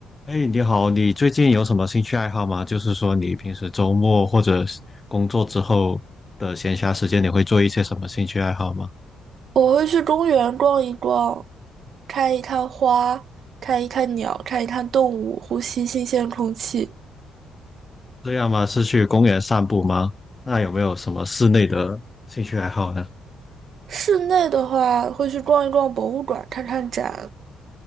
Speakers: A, on the left; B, on the right.
A: 哎，你好，你最近有什么兴趣爱好吗？就是说，你平时周末或者是工作之后的闲暇时间，你会做一些什么兴趣爱好吗？
B: 我会去公园逛一逛，看一看花，看一看鸟，看一看动物，呼吸新鲜空气。
A: 这样吗？是去公园散步吗？那有没有什么室内的兴趣爱好呢？
B: 室内的话，会去逛一逛博物馆，看看展。